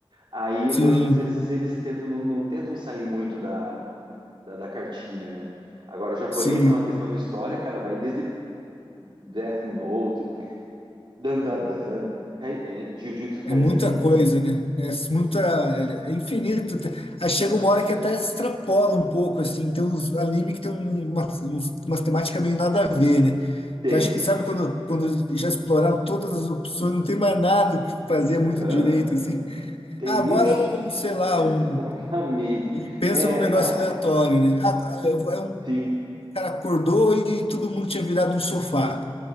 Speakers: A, on the right; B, on the left.
A: Aí
B: Sim,
A: então, eu acho que às vezes eles tentam, não, não tentam sair muito da, da, da cartilha, né? Agora, o japonês
B: sim.
A: não, a questão de história, cara, vai desde Death Note, Dandadan, Kai, eh, Jujutsu Kaisen,
B: É muita
A: tem,
B: coisa, né? É muita, é é infinito. Te- Aí chega
A: mas
B: uma hora que até extrapola um pouco, assim. Tem uns anime que tem um- umas, uns- umas temáticas meio nada a ver, né?
A: tem,
B: Que acho que, sabe, quando, quando já exploraram todas as opções, não tem mais nada o que fazer
A: tem, aham.
B: muito direito, assim.
A: tem
B: Ah, agora
A: um, chi-
B: é um, sei
A: <laughs>
B: lá,
A: exatamente,
B: um. E pensa
A: é,
B: num negócio
A: cara,
B: aleatório, né? Ah, tá, eu vou- é um
A: sim,
B: cara acordou e todo mundo tinha virado um sofá.